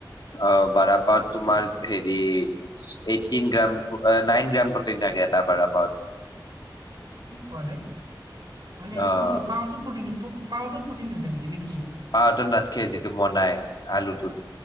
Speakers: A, on the left; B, on the right.
A: অ বাৰপ তোমাৰ হেৰি eighteen gram nine gram protein থাকে এটা বাৰফত।
B: কি কোৱা হে, মানে
A: অ'
B: কোনটো পাউটো প্ৰটিন পাউ প্ৰটিন থাকে নেকি নেকি?
A: পাউ টো নাট খে যিটো বনাই আলুটোত।